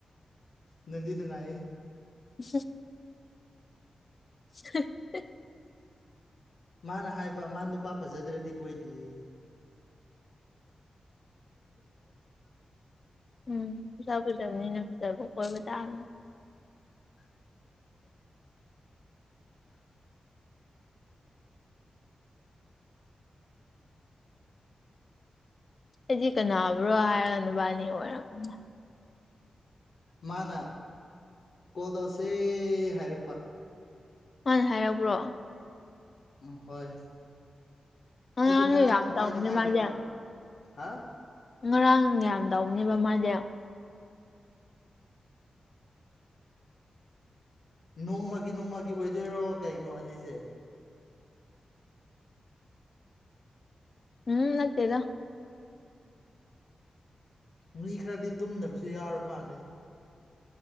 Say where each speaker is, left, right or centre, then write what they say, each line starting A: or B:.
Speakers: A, on the left (about 70°); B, on the left (about 45°).
A: ꯅꯗꯤ ꯅꯨꯡꯉꯥꯏꯦ
B: ꯎ <inaudible>
A: ꯃꯥꯅ ꯍꯥꯏꯕ ꯃꯥ ꯅꯨꯄꯥ ꯐꯖꯗ꯭ꯔꯗꯤ ꯀꯣꯏꯗꯌꯦ
B: ꯎꯝꯖꯕ꯭ꯔꯖꯅ ꯕꯨ ꯀ ꯇꯥ <inaudible> ꯑꯩꯗꯤ ꯀꯅꯥꯕ꯭ꯔꯣ ꯍꯥꯏꯔꯒ ꯅꯨꯕꯥꯅꯤ ꯑꯣꯏꯔꯕꯝꯅ
A: ꯃꯥꯅ ꯀꯣꯜ ꯇꯧꯔꯁꯦ ꯍꯥꯏꯔꯛꯄ
B: ꯍꯅ ꯍꯥꯏꯔꯕ꯭ꯔꯣ
A: ꯑ ꯍꯣꯏ
B: ꯉꯔꯥꯡꯗꯣ
A: ꯑꯩꯁꯨ ꯉꯔꯥꯡ
B: ꯌꯥꯝ ꯇꯧꯕꯅꯦ
A: ꯄꯥꯏꯗ ꯉꯥꯏꯔꯤꯕ
B: ꯃꯥꯗꯤ
A: ꯍꯥ
B: ꯉꯔꯥꯡ ꯌꯥꯝꯗꯧꯅꯦꯕ ꯃꯥꯗꯤ
A: ꯅꯣꯡꯃꯒꯤ ꯅꯣꯡꯃꯒꯤ ꯑꯣꯏꯗꯣꯏꯔꯣ ꯀꯩꯅꯣ ꯑꯁꯤꯁꯦ
B: ꯎꯝ ꯅꯠꯇꯦꯗ
A: ꯃꯤ ꯈꯔꯗꯤ ꯇꯨꯝꯗꯕꯁꯨ ꯌꯥꯎꯔ ꯃꯥꯜꯂꯦ